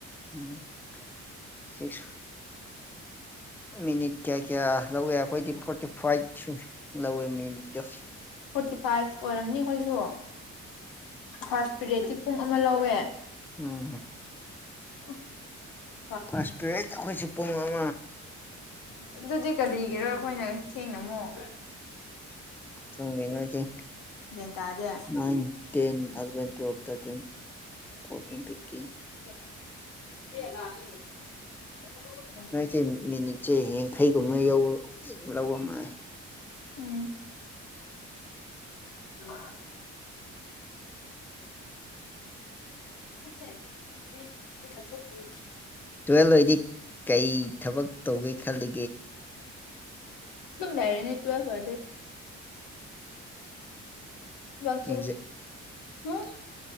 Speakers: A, in the centre; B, on the left.
A: ꯎꯝ ꯁꯤꯛꯁ ꯃꯤꯅꯤꯠ ꯀꯌꯥ ꯀꯌꯥ ꯂꯧꯋꯦ ꯑꯩꯈꯣꯏꯗꯤ ꯐꯣꯔꯇꯤ ꯐꯥꯏꯚꯁꯨ ꯂꯧꯋꯦ ꯃꯤꯅꯤꯠꯇꯣ
B: ꯐꯣꯔꯇꯤ ꯐꯥꯏꯚ ꯑꯣꯏꯔꯝꯅꯤ ꯑꯩꯈꯣꯏꯁꯨ ꯐꯥꯔꯁ ꯄꯦꯔꯦꯠꯇꯤ ꯄꯨꯡ ꯑꯃ ꯂꯧꯋꯦ
A: ꯎꯝ
B: UNINTELLIGIBLE
A: ꯐꯔꯥꯁ ꯄꯦꯔꯠ ꯑꯩꯈꯣꯏꯁꯨ ꯄꯨꯡ ꯑꯃꯥ
B: ꯑꯗꯨꯗꯤ ꯀꯔꯤꯒꯤꯔꯣ ꯑꯩꯈꯣꯏꯅ ꯊꯦꯡꯅ ꯑꯃꯨꯛ
A: ꯈꯪꯗꯦ ꯅꫭꯏꯁꯦ
B: ꯒ꯭ꯌꯥꯟ ꯇꯥꯗꯦ
A: ꯅꯥꯟ ten eleven twelve thirteen fourteen fifteen
B: <unintelligible>
A: ꯅꯣꯏꯁꯦ ꯃꯤꯅꯤꯠꯁꯦ ꯌꯥꯡꯈꯩꯒꯨꯝꯕ ꯌꯧꯔ ꯂꯧꯕꯃ
B: ꯎꯝ <unintelligible> <unintelligible>
A: ꯇꯨꯌꯦꯜꯞ ꯑꯣꯏꯗꯤ ꯀꯩ ꯊꯕꯛ ꯇꯧꯒꯦ ꯈꯜꯂꯤ
B: ꯗꯨꯝ ꯂꯩꯔꯅꯤ ꯇꯨꯌꯦꯜꯞ ꯂꯣꯏꯔꯗꯤ ꯊꯕꯛꯁꯨ
A: ꯑꯦꯛꯖꯥꯝ
B: ꯎꯝ